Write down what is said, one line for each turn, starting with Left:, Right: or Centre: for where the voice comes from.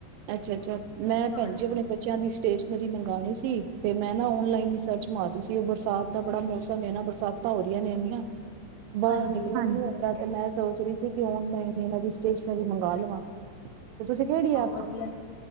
Right: ਅੱਛਾ ਅੱਛਾ ਮੈਂ
Left: ਹਾਂਜੀ
Right: ਭੈਣ ਜੀ ਆਪਣੇ ਬੱਚਿਆਂ ਦੀ ਸਟੇਸ਼ਨਰੀ ਮੰਗਉਣੀ ਸੀ ਤੇ ਮੈਂ ਨਾ ਔਨਲਾਈਨ ਹੀ ਸਰਚ ਮਾਰਹੀ ਸੀ ਉਹ ਬਰਸਾਤ ਦਾ ਬੜਾ ਮੌਸਮ ਹੈ ਨਾ ਬਰਸਾਤ ਹੋ ਰਹੀਆਂ ਮੇਰੀਆ ਬਾਹਰ
Left: ਹਾਂਜੀ
Right: ਨਿਕਲ ਨਹੀਂ ਹੁੰਦਾ ਤੇ ਮੈਂ ਸੋਚ ਰਹੀ ਸੀ ਕਿ ਓਨਲਾਈਨ ਇਹਨਾਂ ਦੀ ਸਟੇਸ਼ਨਰੀ ਮੰਗਵਾ ਲਵਾਂ। ਤੇ ਤੁਸੀਂ ਕਿਹੜੀ ਆ
Left: ਵਧੀ